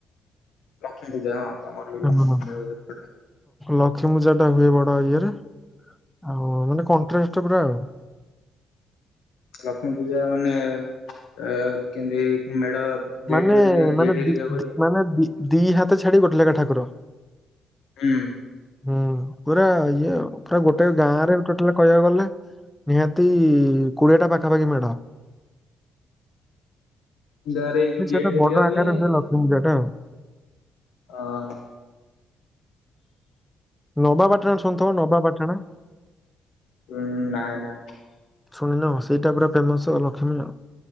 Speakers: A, on the left; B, in the centre.
A: ଲକ୍ଷ୍ମୀ ପୂଜା ହଁ ତମର ବିକ୍ମୀ
B: ହଁ।
A: ପୂା ହଏପଟେ
B: ଲକ୍ଷ୍ମୀ ପୂଜା ଟା ହୁଏ ବଡ ଇଏରେ ଆଉ ମାନେ କଣ୍ଟରାଷ୍ଟ ପା ଆଉ
A: ଲକ୍ଷ୍ମୀ ପୂଜା ମାନେ ଅ କେମତି ମେଢ ଗେଟ୍
B: ମାନେ
A: ହେରିକା
B: ମାନେ
A: ଗେଟ୍ ହେରିକା
B: ଦି
A: ହୁଏ
B: ମାନେ ଦି ହାତ ଛାଡି ଗୋଟେ ଲାଗା ଠାକୁର
A: ହୁଁ
B: ହୁଁ ପୁରା ଇଏ ପୁରା ଗୋଟେ ଗାଁ ରେଟାଲ କହିବାକୁ ଗଲେ ନିହାତି କୋଡିଏଟା ପାଖାପାଖି ମେଢ
A: ଗାଁରେ ଏଇ ଯୋଉ
B: ଯେ ସେଇଟା
A: ଗେଟ ହେରଆ
B: ବଡ ଆକାରରେ
A: ହୁଏ
B: ଲକ୍ଷ୍ମୀ ପୂଜାଟା ଆଉ।
A: ହଁ
B: ନବାପାଟଣ ଶୁଣିଥିବ ନବାପାଟଣା
A: ହୁଁ ନାଇଁ ନାଇଁ
B: ଶୁଣିନ ସେଇଟା ପୁରା ଫେମସ ଲକ୍ଷ୍ମୀ ନ